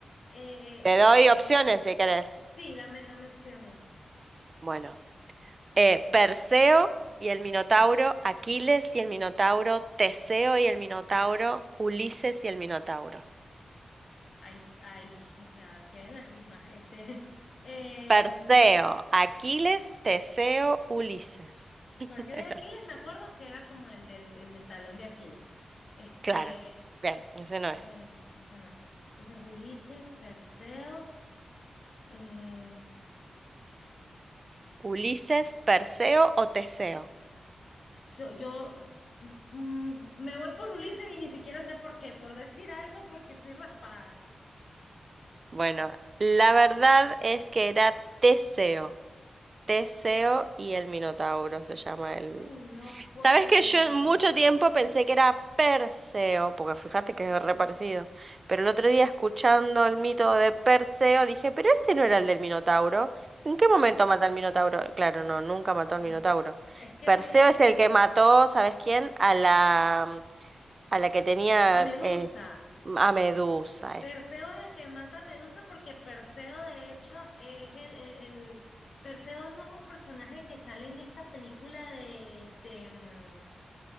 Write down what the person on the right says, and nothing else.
Te
doy
opciones si querés.
Bueno, eh, Perseo y el Minotauro, Aquiles y el Minotauro, Teseo y el Minotauro, Ulises y el Minotauro.
Perseo, Aquiles, Teseo, Ulises. <laughs>
Claro, bien, ese no es.
Ulises, Perseo o Teseo.
Bueno, la verdad es que era Teseo. Teseo y el Minotauro se llama el...
Sabes
que yo mucho tiempo pensé que era Perseo, porque fíjate que es re parecido. Pero el otro día escuchando el mito de Perseo dije, pero este no era el del Minotauro. ¿En qué momento mata al Minotauro? Claro, no, nunca mató al
Minotauro.
Perseo
es el que mató, ¿sabes quién? A la, a la que tenía
eh, a Medusa,